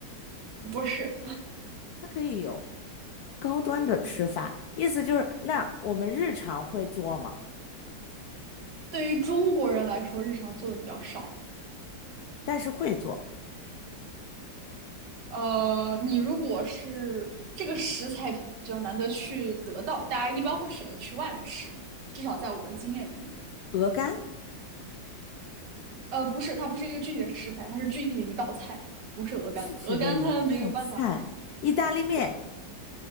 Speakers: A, on the right (about 65°); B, on the left (about 70°).
A: 不是，
B: 它可以有。高端的吃法，意思就是那我们日常会做吗？
A: 对于中国人来说，日常做的比较少。
B: 但是会做
A: 呃，你如果是这个食材比较难得去得到，大家一般会选择去外面吃，至少在我的经验里面。
B: 鹅肝
A: 呃，不是，它不是一个具体的食材，它是具体的一道菜，不是鹅肝。
B: 是指的一道菜，
A: 鹅肝它没有办法，
B: 意大利面
A: 对，